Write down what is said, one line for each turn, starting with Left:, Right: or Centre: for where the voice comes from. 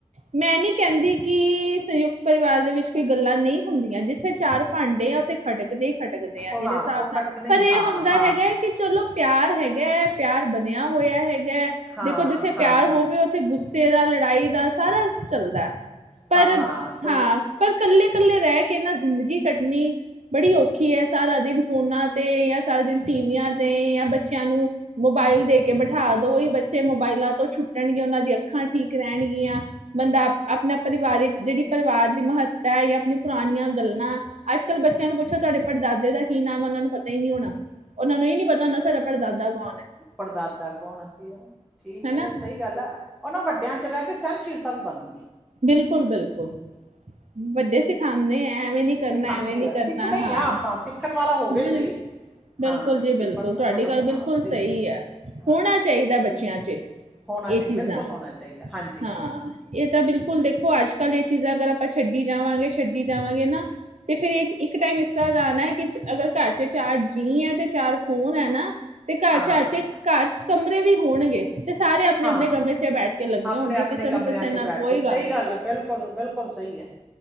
Right: ਮੈਂ ਨਹੀਂ ਕਹਿੰਦੀ ਕਿ ਸੰਯੁਕਤ ਪਰਿਵਾਰ ਦੇ ਵਿੱਚ ਕੋਈ ਗੱਲਾਂ ਨਹੀਂ ਹੁੰਦੀਆਂ ਜਿੱਥੇ ਚਾਰ ਭਾਂਡੇ ਆ ਉੱਥੇ ਖੜਕਦੇ ਭਟਕਦੇ ਆ
Centre: ਉਹ
Right: ਮੇਰੇ
Centre: ਹਾਂ
Right: ਹਿਸਾਬ
Centre: ਉਹ ਖਟਕ
Right: ਨਾਲ
Centre: ਨਹੀਂ
Right: ਪਰ ਇਹ
Centre: ਹਾਂ
Right: ਹ
Centre: ਹਾਂ
Right: ਹੈਗਾ ਕਿ ਚਲੋ ਪਿਆਰ ਹੈਗਾ ਹੈ ਪਿਆਰ ਬਣਿਆ ਹੋਇਆ ਹੈਗਾ
Centre: ਹਾਂ
Right: ਦੇਖੋ ਜਿੱਥੇ ਪਿਆਰ
Centre: ਹਾਂ
Right: ਹੋਵੇ
Centre: ਹਾਂ
Right: ਉੱਥੇ ਗੁੱਸੇ ਦਾ ਲੜਾਈ ਦਾ ਸਾਰਾ ਚੱਲਦਾ ਹੈ। ਪਰ
Centre: ਸਾ ਹਾਂ ਸਹੀ
Right: ਹਾਂ ਪਰ ਇਕੱਲੇ ਇਕੱਲੇ ਰਹਿ ਕੇ ਨਾ ਜ਼ਿੰਦਗੀ ਕੱਟਣੀ ਬੜੀ ਔਖੀ ਹੈ ਸਾਰਾ ਦਿਨ ਫੋਨਾਂ ਤੇ ਜਾਂ ਸਾਰੇ ਦਿਨ ਟੀਵੀਆਂ ਤੇ ਜਾਂ ਬੱਚਿਆਂ ਨੂੰ ਮੋਬਾਇਲ ਦੇ ਕੇ ਬਿਠਾ ਦੋ ਹੀ ਬੱਚੇ ਮੋਬਾਇਲਾਂ ਤੋਂ ਛੁੱਟਣਗੇ ਉਹਨਾਂ ਦੀ ਅੱਖਾਂ ਠੀਕ ਰਹਿਣਗੀਆਂ ਬੰਦਾ ਆਪਣਾ ਪਰਿਵਾਰਿਕ ਜਿਹੜੀ ਪਰਿਵਾਰ ਦੀ ਮਹੱਤਤਾ ਹੈ ਜਾਂ ਆਪੀਆਂ ਪੁਰਾਣੀਆਂ ਗੱਲਾਂ ਅੱਜ ਕੱਲ੍ਹ ਬੱਚਿਆਂ ਨੂੰ ਪੁੱਛੋ ਤੁਹਾਡੇ ਪੜਦਾਦੇ ਦਾ ਕੀ ਨਾਮ ਹੈ ਉਨ੍ਹਾਂ ਨੂੰ ਪਤਾ ਹੀ ਨਹੀਂ ਹੋਣਾ। ਉਹਨਾਂ ਨੂੰ ਨਹੀ ਪਤਾ ਹੁੰਦਾ ਸਾਡਾ ਪਰੜਦਾਦਾ ਕੌਣ ਹੈ।
Centre: ਪੜਦਾਦਾ ਕੌਣ ਅਸੀਂ ਆ ਠੀਕ
Right: ਹੈਨਾ
Centre: ਹੈ ਸਹੀ ਗੱਲ ਆ ਉਹਨਾਂ ਵੱਡਿਆਂ ਚ ਰਹਿ ਕੇ ਸਹਿਣਸ਼ੀਲਤਾ ਵੀ ਬਣਦੀ ਏ।
Right: ਬਿਲਕੁਲ ਬਿਲਕੁਲ ਵੱਡੇ ਸਿਖਾ ਦੇ ਹੈ ਐਵੇਂ ਨੀ ਕਰਨਾ
Centre: ਸਿਖਾਉਂਦੇ
Right: ਐਵੇਂ ਨੀ
Centre: ਆ
Right: ਕਰਨਾ
Centre: ਸਿੱਖਦੇ
Right: ਹਾਂ।
Centre: ਹੀ ਆ ਆਪਾਂ ਸਿੱਖਣ ਵਾਲਾ ਹੋਵੇ
Right: ਬਿਲ
Centre: ਸਹੀ
Right: ਬਿਲਕੁਲ
Centre: ਹਾਂ
Right: ਜੀ ਬਿਲਕੁਲ
Centre: ਤੇ ਪਰ
Right: ਤੁਹਾਡੀ
Centre: ਹਾਂ
Right: ਗੱਲ ਬਿਲਕੁਲ
Centre: ਸਿ
Right: ਸਹੀ ਹੈ
Centre: ਹਾਂ
Right: ਹੋਣਾ ਚਾਹੀਦਾ ਬੱਚਿਆਂ
Centre: ਸਿੱਖ
Right: ਚ
Centre: ਹੋਣਾ
Right: ਇਹ
Centre: ਚਾਹੀਦਾ
Right: ਚੀਜ਼ਾਂ
Centre: ਬਿਲਕੁਲ ਹੋਣਾ ਚਾਹੀਦਾ ਹਾਂਜੀ
Right: ਹਾਂ
Centre: ਹਾਂਜੀ ਹਾਂਜੀ
Right: ਇਹ ਤਾਂ ਬਿਲਕੁਲ ਦੇਖੋ ਅੱਜ ਕੱਲ ਇਹ ਚੀਜ਼ਾਂ ਅਗਰ ਆਪਾਂ ਛੱਡੀ ਜਾਵਾਂਗੇ ਛੱਡੀ ਜਾਵਾਂਗੇ ਨਾ ਤੇ ਫੇਰ ਇਹ ਇੱਕ ਟਾਈਮ ਇਸ ਤਰ੍ਹਾਂ ਦਾ ਆਉਣਾ ਹੈ ਕਿ ਅਗਰ ਘਰ ਚ ਚਾਰ ਜੀ ਹੈ ਤੇ ਚਾਰ ਫੋਨ ਹੈ ਨਾ ਤੇ ਕਚਚੇ
Centre: ਹਾਂ
Right: ਕਚ ਕਮਰੇ ਵੀ ਹੋਣਗੇ ਤੇ ਸਾਰੇ ਆਪਣੇ
Centre: ਹਾਂ
Right: ਆਪਣੇ ਕਮਰੇ ਚ ਬੈਠ ਕੇ ਲੱਗੀਆਂ
Centre: ਆਪਣੇ
Right: ਹੋਣਗੇ
Centre: ਆਪਣੇ
Right: ਕਿਸੇ
Centre: ਕਮਰਿਆਂ
Right: ਨੂੰ ਕਿਸੇ
Centre: 'ਚ
Right: ਨਾਲ
Centre: ਬੈਠ
Right: ਕੋਈ
Centre: ਕੇ
Right: ਗੱਲ
Centre: ਸਹੀ
Right: ਨਹੀਂ ਹੈ
Centre: ਬਿਲਕੁਲ ਬਿਲਕੁਲ ਸਹੀ ਹੈ